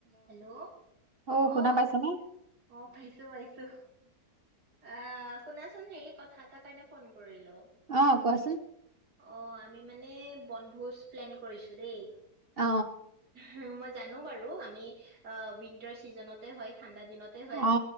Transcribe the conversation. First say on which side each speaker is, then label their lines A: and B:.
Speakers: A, on the right; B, on the right.
A: হেল্ল' অহ,
B: অ শুনা পাইছানে
A: অ', পাইছো পাৰিছো আহ শুনাচোন হেৰি কথা এটাৰ কাৰণে ফোন কৰিলো।
B: অ কোৱাচোন
A: অ'। আমি মানে বনভোজ প্লেন কৰিছোঁ দেই।
B: অ
A: হ মাজ জানো বাৰু আমি অ', উইন্টাৰ চিজনতে হয় ঠাণ্ডা হয়
B: অ